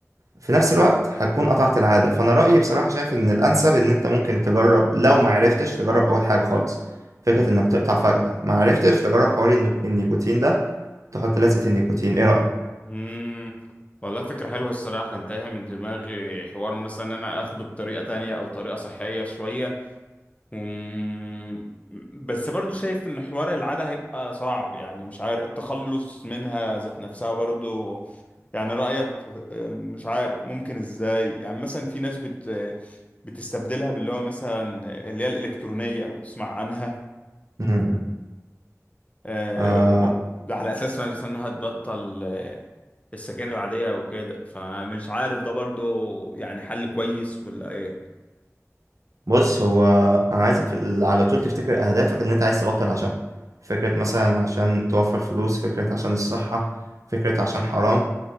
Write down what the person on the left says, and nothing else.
امم والله فكرة حلوة الصراحة كان تايهة من دماغي حوار مثلا إن انا اخده بطريقة تانية او طريقة صحية شوية مم، بس برضو شايف ان حوار العادة هيبقى صعب يعني مش عارف التخلص منها ذات نفسها برضو يعني رأيك آه، مش عارف ممكن ازاي يعني مثلا في ناس بت بتستبدلها باللي هو مثلا اللي هي الإلكترونية لو بتسمع عنها
آه،
بت- على أساس مثلا إنها تبطل آه، السجاير العادية أو كده فمش عارف ده برضو يعني حل كويس ولا إيه؟